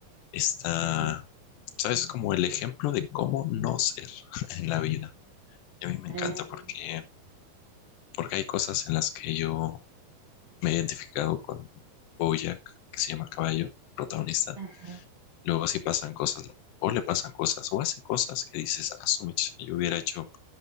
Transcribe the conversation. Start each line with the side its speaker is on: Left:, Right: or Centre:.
Left: está,
Right: Ujú,
Left: ¿sabes? Es como el ejemplo de cómo no ser <laughs> en la vida. Y a mí me encanta
Right: mm,
Left: porque porque hay cosas en las que yo me he identificado con Bojack, que se llama el caballo, protagonista.
Right: ujú.
Left: Luego sí pasan cosas, o le pasan cosas, o hace cosas que dices, ah, su mecha, yo hubiera hecho